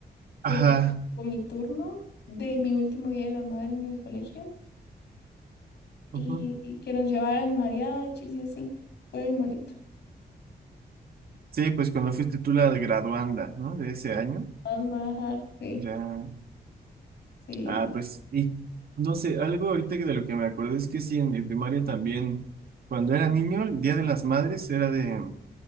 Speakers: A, on the left; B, on the right.
A: por
B: ajá.
A: fin me tocó mi turno de mi último día de la madre en el colegio y,
B: ujú.
A: y que nos llevaran mariachis y así. Fue bien bonito.
B: Sí, pues cuando fuiste tú la graduanda, ¿no? De ese año,
A: Banda, ajá, sí,
B: ya.
A: sí.
B: Ah, pues, y no sé, algo ahorita que de lo que me acuerdo es que sí, en mi primaria también, cuando era niño, el Día de las Madres era de